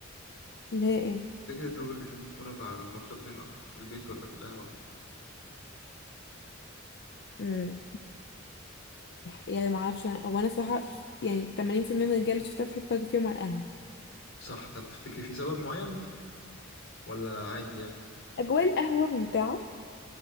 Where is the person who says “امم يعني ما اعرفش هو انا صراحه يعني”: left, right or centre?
Left